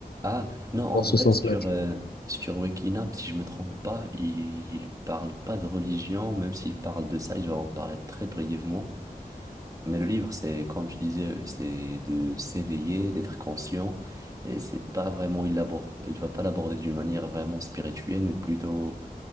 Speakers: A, on the right; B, on the left.
A: Ah, non, en
B: dans
A: vrai,
B: ce sens-là.
A: sur,
B: tu
A: euh,
B: vois.
A: sur Waking Up, si je me trompe pas, il, il parle pas de religion, même s'il parle de ça, il va en parler très brièvement. Mais le livre, c'est, comme tu disais, c'est de s'éveiller, d'être conscient, et c'est pas vraiment, il l'aborde, il va pas l'aborder d'une manière vraiment spirituelle, mais plutôt